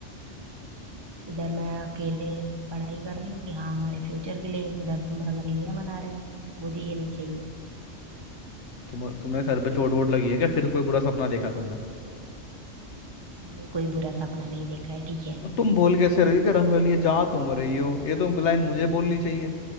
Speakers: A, on the right; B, on the left.
A: इधर मैं अकेले पढ़ाई कर रही हूँ कि हाँ हमारे फ्यूचर के लिए इधर तुम रंगरेलियां मना रहे हो मुझे ये नहीं चाहिए
B: तुम तुम्हें सर पे चोट वोट लगी है क्या फिर कोई बुरा सपना देखा तुमने
A: मैंने कोई बुरा सपना नहीं देखा है ठीक है
B: तो तुम बोल कैसे रही हो कि रंग रलिए जा तुम रही हो ये तो लाइन मुझे बोलनी चाहिए